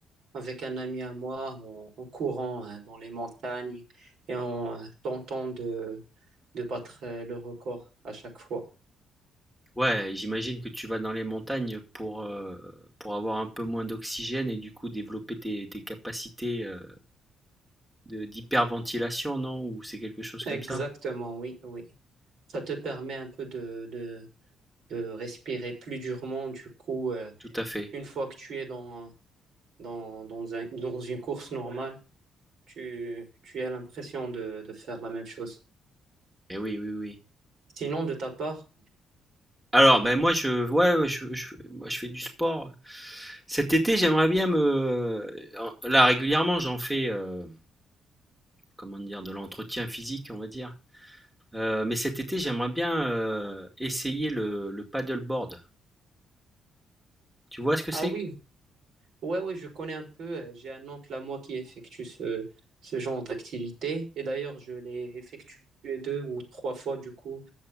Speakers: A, on the right; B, in the centre.
A: avec un ami à moi en, en courant euh, dans les montagnes et en euh, tentant de, de battre euh, le record à chaque fois.
B: Ouais, j'imagine que tu vas dans les montagnes pour, euh, pour avoir un peu moins d'oxygène et du coup développer tes, tes capacités euh, de, d'hyperventilation, non? Ou c'est quelque chose comme
A: Exactement,
B: ça?
A: oui, oui. Ça te permet un peu de, de, de respirer plus durement. Du coup, euh,
B: Tout à fait.
A: une fois que tu es dans, dans, dans un- dans une course normale, tu, tu as l'impression de, de faire la même chose.
B: Et oui, oui, oui.
A: Sinon, de ta part,
B: Alors, ben moi, je, ouais, ouais, je, je, moi, je fais du sport. Cet été, j'aimerais bien me. Là, régulièrement, j'en fais, euh, comment dire, de l'entretien physique, on va dire. Euh, mais cet été, j'aimerais bien euh, essayer le, le paddleboard. Tu vois ce que c'est?
A: ah oui, ouais, ouais, je connais un peu. Euh, J'ai un oncle à moi qui effectue ce, ce genre d'activité. Et d'ailleurs, je l'ai effectué deux ou trois fois, du coup,